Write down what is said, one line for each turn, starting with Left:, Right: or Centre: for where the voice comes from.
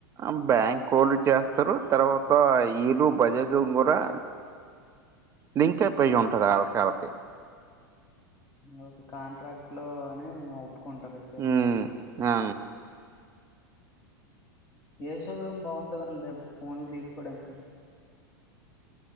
Right: ఆ బ్యాంక్ కోళ్ళు చేస్తారు తర్వాత వీళ్ళు బజాజ్ కూడా లింకప్ ఐ వుంటది ఆళ్ళ ఆళ్ళకి
Left: ఓ కాంట్రాక్ట్ లో అని ఒప్పుకుంటారు అయితే
Right: ఉమ్ ఆ
Left: ఏ షోరూమ్ బావుంటదండి ఫోన్లు తీసుకోడానికి